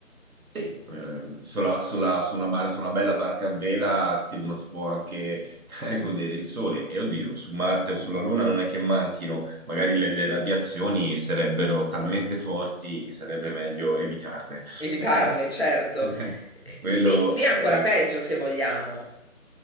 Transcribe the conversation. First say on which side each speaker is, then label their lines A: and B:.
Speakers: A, on the right; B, on the left.
A: Sì. Eh, sulla- sulla- su una bar- su una bella barca a vela ti- uno si può anche <laughs> eh, godere il sole. E oddio, su Marte o sulla Luna non è che manchino, magari le, le radiazioni sarebbero talmente forti che sarebbe meglio evitarle,
B: Evitarle,
A: perché
B: certo.
A: <laughs>
B: Eh,
A: quello
B: Sì, lì è ancora
A: eh,
B: peggio se vogliamo.